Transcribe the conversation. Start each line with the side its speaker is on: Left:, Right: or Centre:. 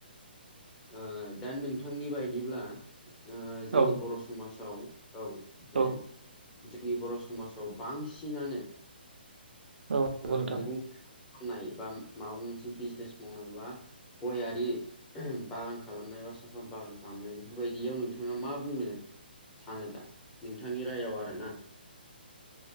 Left: ओ दा नोंथांनि बायदिब्ला ओ
Right: औ
Left: जोंनि बर' समाजाव औ जे
Right: औ
Left: जोंनि बर' समाजाव बांसिनानो
Right: औ नंगौ
Left: ओ
Right: नोंथां
Left: मैगं फाननाय बा माबा मोनसे बिजनेस मावनाय बा गयारि बागान खालामनाय बा साफा बागान खालामनाय बेफोरबायदियाव नोंथाङा मा बुंनो सानो दा नोंथांनि राययाव आरोना